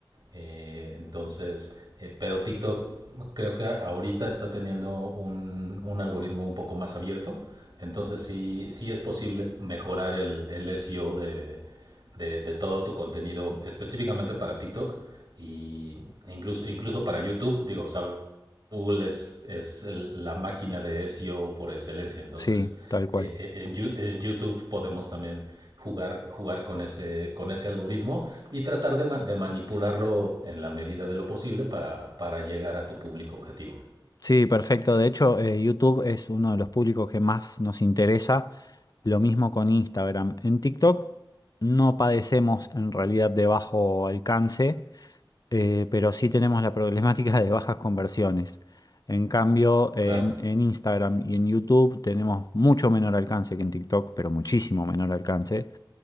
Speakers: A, on the right; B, on the left.
A: eh, entonces, eh, pero TikTok creo que ahorita está teniendo un, un algoritmo un poco más abierto. Entonces sí, sí es posible mejorar el, el SEO de, de, de todo tu contenido específicamente para TikTok y, e incluso, incluso para YouTube. Digo, sabemos Google es, es el- la máquina de SEO por excelencia, entonces
B: Sí, tal cual.
A: eh, eh, en, en YouTube podemos también jugar, jugar con, ese, con ese algoritmo y tratar de, ma- de manipularlo en la medida de lo posible para, para llegar a tu público objetivo.
B: Sí, perfecto. De hecho, eh, YouTube es uno de los públicos que más nos interesa. Lo mismo con Instagram. En TikTok no padecemos en realidad de bajo alcance, eh, pero sí tenemos la problemática de bajas conversiones. En cambio, en,
A: Claro,
B: en Instagram y en YouTube tenemos mucho menor alcance que en TikTok, pero muchísimo menor alcance.